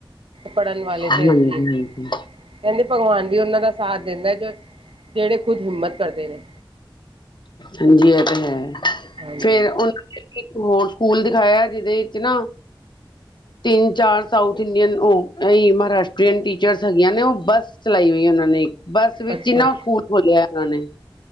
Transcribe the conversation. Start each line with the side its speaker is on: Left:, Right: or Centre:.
Right: ਪੜ੍ਹਨ ਵਾਲੇ
Left: ਹਾਂਜੀ
Right: ਹੈਗੀ ਕਹਿੰਦੇ ਭਗਵਾਨ ਵੀ ਉਹਨਾਂ ਦਾ ਸਾਥ ਦਿੰਦਾ ਜਿਹੜੇ ਖੁਦ ਹਿੰਮਤ ਕਰਦੇ ਨੇ
Left: ਹਾਂਜੀ ਇਹ ਤੇ ਹੈ
Right: ਹਾਂਜੀ
Left: ਫੇਰ ਉਹਨਾਂ ਇੱਕ ਹੋਰ ਸਕੂਲ ਦਿਖਾਇਆ ਜਿਹਦੇ ਵਿੱਚ ਨਾ ਤਿੰਨ ਚਾਰ ਸਾਊਥ ਇੰਡੀਅਨ ਉਹ ਇਹੀ ਮਹਾਰਾਸ਼ਟਰੀਅਨ ਟੀਚਰਸ ਹੈਗੀਆਂ ਨੇ ਉਹ ਬੱਸ ਚਲਾਈ ਹੋਈ ਉਹਨਾਂ ਨੇ ਬੱਸ ਵਿੱਚ
Right: ਅੱਛਾ
Left: ਨਾ ਸਕੂਲ ਖੋਲਿਆ ਇਹਨਾਂ ਨੇ